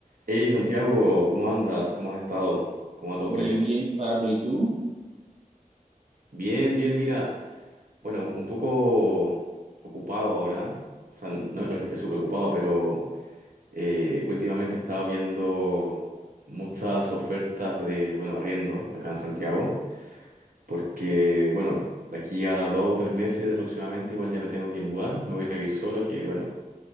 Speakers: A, on the right; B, on the right.
A: Hey Santiago, ¿cómo andas? ¿Cómo has estado? ¿Cómo va todo
B: Bien,
A: por allá?
B: bien, Pablo. ¿Y tú?
A: Bien, bien, mira, bueno, un poco ocupado ahora, o sea, no, no es que esté súper ocupado, pero eh, últimamente he estado viendo muchas ofertas de, bueno, arriendo acá en Santiago, porque, bueno, de aquí a dos o tres meses aproximadamente igual ya me tengo que mudar, me voy a ir a vivir solo, que, bueno,